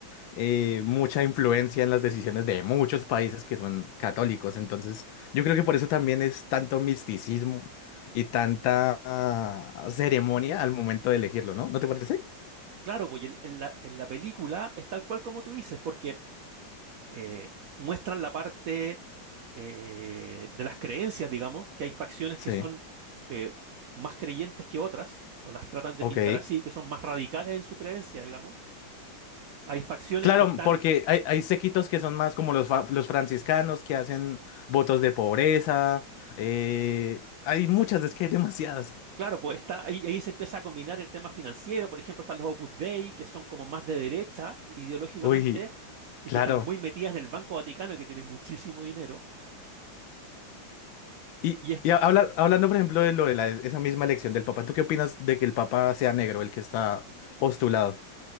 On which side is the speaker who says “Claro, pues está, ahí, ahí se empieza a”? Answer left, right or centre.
Right